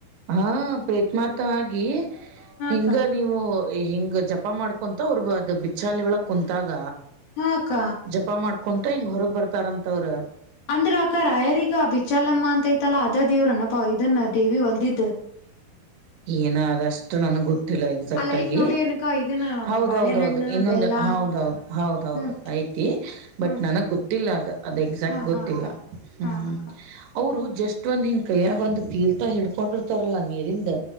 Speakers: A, on the right; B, on the left.
A: ಹಾ ಪ್ರೇತ್ಮಾತ ಆಗಿ
B: ಹಾ
A: ಹಿಂಗ
B: ಅಕ್ಕ
A: ನೀವು ಹಿಂಗ್ ಜಪ ಮಾಡ್ಕೊಂತ ಅವ್ರ ಅದ ಬಿಚ್ಚಾಲಿ ಒಳಗ್ ಕುಂತಾಗ
B: ಹಾ ಅಕ್ಕ
A: ಜಪ ಮಾಡ್ಕೊಂತ ಹಿಂಗ ಹೊರಗ್ ಬರ್ತಾರಂತ ಅವ್ರು
B: ಅಂದ್ರ ಅಕ್ಕ ರಾಯರಿಗ ಆ ಬಿಚ್ಚಾಲಮ್ಮ ಅಂತೈತಲ್ಲಾ ಅದ ದೇವ್ರನಪ್ಪ ಇದನ್ನ ದೇವಿ ಹೊಲ್ದಿದ್ದ
A: ಏನ ಅದಷ್ಟು ನನ್ಗ್ ಗೊತ್ತಿಲ್ಲ ಎಕ್ಸಾಕ್ಟ್
B: ಅಲ್ಲ
A: ಆಗಿ
B: ಐತ್ ನೋಡಿ ಏನಕ್ಕ ಇದನ್ನ
A: ಹೌದ
B: ಬಾಳೆಹಣ್ಣ
A: ಹೌದೌದು ಇನ್ನೊಂದು
B: ಬೆಲ್ಲ
A: ಹೌದ್ ಹೌದು್ ಹೌದ್ ಹೌದು
B: ಹ್ಮ್
A: ಐತಿ ಬಟ್
B: ಹ್ಮ
A: ನನಗ್ ಗೊತ್ತ ಅದು ಎಕ್ಸಾಕ್ಟ್
B: ಹಾ
A: ಗೊತ್ತಿಲ್ಲ
B: ಹಾ ಅಕ್ಕ
A: ಹ್ಮ್
B: ಹಾ ಅಕ್ಕ
A: <inaudible> ಅವರು ಜಸ್ಟ್ ಒಂದ ಹಿಂಗ್ ಕೈಯಾಗ ಒಂದು ತೀರ್ಥ ಹಿಡ್ಕೊಂಡಿರ್ತಾರಲ್ಲಾ ನೀರಿಂದ